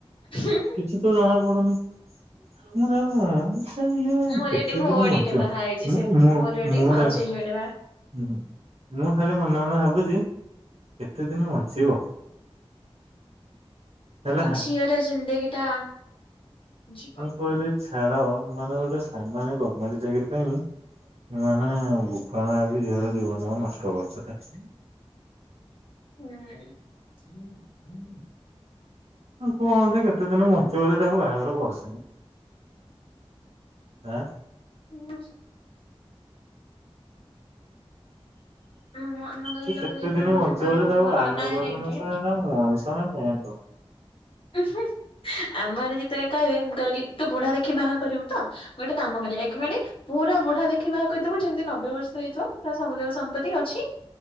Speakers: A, on the left; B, on the right.
A: ହୁଁ।
B: କିଛି ତ ଜଣା ପଡୁନି। ମୁଁ ତାକୁ ସାର ଇଏ
A: ମୋର
B: କେତେ
A: ଗୋଟେ ଭଉଣୀଟେ
B: ଦିନ ବଞ୍ଚିବ
A: ବାହା ହେଇଛି
B: ମୁଁ
A: ସେମିତି
B: ମୁଁ
A: ମୋର ଗୋଟେ
B: ମୁଁ
A: ମାଉସୀ
B: ଦାଦା
A: ଝିଅଟେ ବାହା
B: ହୁଁ ମୁଁ ଖାଲି ମନେ ମନେ ଭାବୁଚି କେତେ ଦିନ ବଞ୍ଚିବ। ହେଲା
A: ଝିଅର ଜିନ୍ଦଗୀଟା ଯିବ।
B: ମୁଁ କଇଲି ଛାଡ ମ ମାନେ ଗୋଟେ ସାମାନ୍ୟ ଗର୍ମେଣ୍ଟ ଚାକିରି ପାଇଁ ମାନେ ବୋପା ମା ବି ଝିଅର ଜୀବନ ଟା କୁନଷ୍ଟ କରିଦେଲେ।
A: ହୁଁ।
B: ଆଉ କଅଁସେ କେତେ ଦିନ ବଞ୍ଚିବ ଯେ ତାକୁ ବାହାଘର କରି ଚ଼ନ୍ତି। ଆଁ।
A: ହ। <unintelligible> ଆମ ଘର
B: ହେ
A: ଲୋକ
B: କେତେ
A: ଯେତେବେଳେ
B: ଦିନ
A: ମତେ
B: ବଞ୍ଚିବ
A: କହିବେ
B: ଯେ ତାକୁ
A: ମୋ
B: ବାହାଘର
A: ନନା
B: କରିୁଚ଼ନ୍ତି
A: ହେରିଙ୍କେ
B: ସଳାଟା ମଣିଷ ନା ସିହାଁତ।
A: ହୁଁ ହୁଁ ଆମର ଯେତେବେଳେ କହିବେ ମୁ କଈଲି ତୁ ବୁଢା ଦେଖି ବାହା କରିବୁ ତ। ଗୋଟେ କାମ କରିବା ଏଗିରିମେଣ୍ଟ ପୁରା ମୁଢା ଦେଖି ବାହା କରିଦେବୁ ଯେ ଯେମିତି ନବେ ବର୍ଷ ହେଇଥିବ ତାର ସବୁ ଯାକ ସମ୍ପତ୍ତି ଅଛି